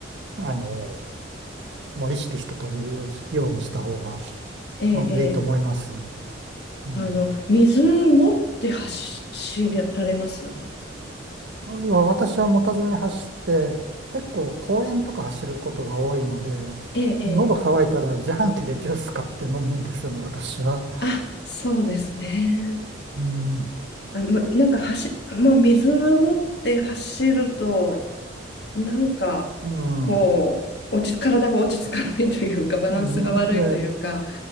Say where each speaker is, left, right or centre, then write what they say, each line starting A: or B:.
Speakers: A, on the right (about 65°); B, on the left (about 55°).
A: あの、もう意識して取るようにした方が、
B: ええ、
A: あの、
B: ええ
A: いいと思います。うん
B: あの、水持って走られます
A: わ私は持たずに走って、結構公園とか走ることが多いので、
B: ええ、ええ、
A: 喉乾いたら自販機でジュース買って飲むんですよね、私は。
B: あ、そうですね。
A: うん、
B: あ、ま、なんか走、まあ、水を持って走ると、なんか、
A: うん、
B: こう、落ち、体が落ち着かないというか、バランスが悪いというか、
A: うん、で、